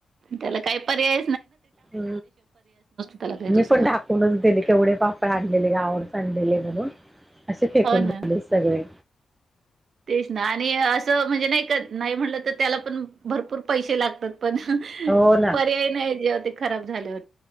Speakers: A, on the right; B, on the right.
A: त्याला काय पर्याय
B: ह
A: त्याला काही दुसरा.
B: मी पण ढाकूनच दिले केवढे पापड आणलेले गावाहूनच आणलेले ब असे फेकून
A: हो
B: दिले
A: ना.
B: सगळे
A: तेच ना आणि असं म्हणजे नाही का नाही म्हणलं तर त्याला पण भरपूर पैसे लागतात पण
B: हो ना
A: पर्याय नाही जेव्हा ते खराब झाले हो..